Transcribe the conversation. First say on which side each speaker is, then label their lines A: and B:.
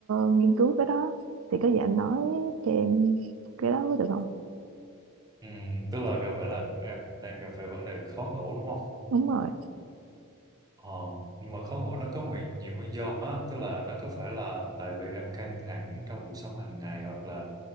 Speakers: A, on the right (about 75°); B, on the right (about 20°).
A: nghiên cứu cái đó thì có gì anh nói cho em cái đó có được không?
B: Ừ, tức là gặp bạn là em đang gặp phải vấn đề khó ngủ đúng không?
A: Đúng rồi.
B: Ờ, nhưng mà khó ngủ nó có nguyên, nhiều nguyên do á, tức là nó có phải là tại vì em căng thẳng trong cuộc sống hàng ngày hoặc là